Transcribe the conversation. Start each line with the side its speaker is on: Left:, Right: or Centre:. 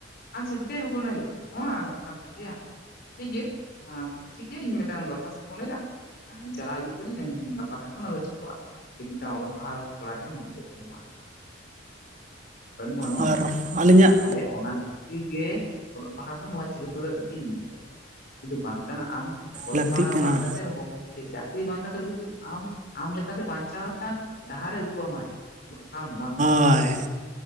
Left: ᱟᱪᱪᱷᱟ ᱫᱮ ᱦᱚᱯᱚᱱ ᱟᱭᱩ ᱱᱚᱣᱟ ᱠᱟᱱ ᱛᱟᱯᱮᱭᱟ ᱴᱷᱤᱠ ᱜᱮ ᱴᱷᱤᱠ ᱜᱮᱭᱟ ᱤᱧ ᱢᱤᱫᱴᱟᱝ ᱫᱚᱨᱠᱷᱟᱥᱛᱚ ᱚᱞᱟᱭᱟ ᱤᱧ ᱪᱟᱞᱟᱣ ᱦᱤᱡᱩᱜ ᱠᱟᱱᱤᱧ ᱜᱟᱯᱟ ᱠᱷᱟᱱ ᱜᱮ ᱚᱱᱟ ᱫᱚ ᱴᱷᱤᱠᱚᱜ-ᱟ ᱾ ᱢᱤᱫᱴᱟᱝ ᱚᱞᱚᱜ ᱯᱟᱲᱦᱟᱜ ᱠᱚᱲᱟ ᱴᱷᱮᱱ ᱱᱚᱣᱟ ᱫᱚ ᱵᱟᱹᱱᱩᱜ-ᱟ ᱾ ᱵᱟᱹᱱᱩᱜᱼᱟ ᱟᱱᱣᱟ
Right: ᱟᱨ
Left: ᱴᱟᱜ
Right: ᱟᱹᱞᱤᱧᱟᱜ
Left: ᱟᱞᱮ ᱚᱱᱟ ᱟᱹᱰᱤ ᱜᱮ ᱚᱞᱚᱜ ᱯᱟᱲᱟᱜ ᱫᱚ ᱱᱚᱣᱟ ᱡᱤᱭᱚᱱ ᱨᱮ ᱟᱹᱰᱤ <inaudible> ᱠᱤᱱᱛᱩ ᱵᱟᱝ ᱠᱟᱱᱟ ᱟᱢ ᱚᱞᱚᱜ
Right: ᱞᱟᱹᱠᱛᱤᱜ
Left: ᱯᱟᱲᱦᱟᱣ
Right: ᱠᱟᱱᱟ
Left: ᱵᱟᱝ ᱠᱟᱛᱮ ᱨᱮᱦᱚᱸ ᱪᱟᱹᱠᱨᱤ ᱵᱟᱝᱛᱮᱫ ᱠᱤᱱᱛᱩ ᱟᱢ ᱟᱢ ᱞᱮᱠᱟᱛᱮ ᱵᱟᱧᱪᱟᱣ <inaudible> ᱰᱟᱦᱟᱨᱮ ᱩᱫᱩᱜ ᱟᱢᱟᱭ ᱚᱞᱚᱜ ᱯᱟᱲᱦᱟᱣ ᱱᱚᱣᱟ ᱠᱟᱱᱟ ᱾
Right: ᱦᱳᱭ